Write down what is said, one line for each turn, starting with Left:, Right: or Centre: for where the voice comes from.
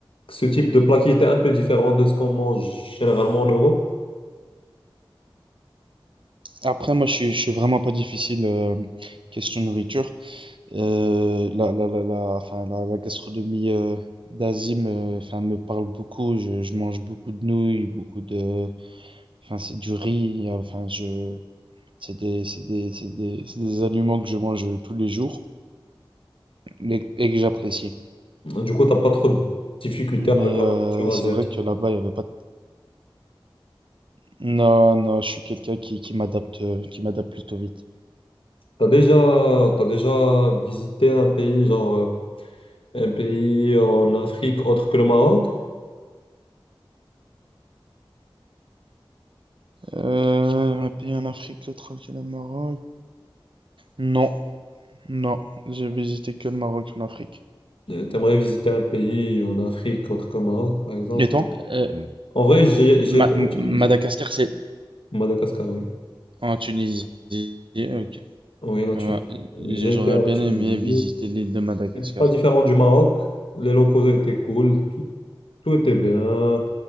Left: ce type de plat qui était un peu différent de ce qu'on mange généralement en Europe.
Right: Après, moi, je suis, je suis vraiment pas difficile euh, question nourriture. Euh, la, la, la, la, enfin, la, la gastronomie euh, d'Asie me, enfin, me parle beaucoup. Je, je mange beaucoup de nouilles, beaucoup de, enfin, c'est du riz. il y a- Enfin, je, c'est des, c'est des, c'est des, c'est des aliments que je mange tous les jours et, et que j'apprécie.
Left: Mhm. Du coup, t'as pas trop de difficultés
Right: Mais
Left: avec la
Right: euh,
Left: nourriture asiatique.
Right: c'est vrai que là-bas, il y avait pas. Non, non, je suis quelqu'un qui, qui m'adapte, euh, qui m'adapte plutôt vite.
Left: T'as déjà, t'as déjà visité un pays, genre euh, un pays en Afrique autre que le Maroc?
Right: Euh, un pays en Afrique, l'autre que le Maroc. Non, non, j'ai visité que le Maroc en Afrique.
Left: Euh, T'aimerais visiter un pays en Afrique autre que le Maroc, par exemple?
Right: Et toi? Euh,
Left: En vrai, j'ai j'ai
Right: Ma-
Left: été
Right: M-
Left: en Tunisie,
Right: Madagascar, c'est
Left: Madagascar, oui.
Right: en Tunisie. Ok.
Left: Oui, la
Right: Ouais.
Left: Tunisie. J'ai
Right: J'aurais
Left: été à
Right: bien
Left: la Tunisie.
Right: aimé visiter l'île de Madagascar.
Left: Et Pas différent du Maroc. Les locaux étaient cool. Tout, tout était bien.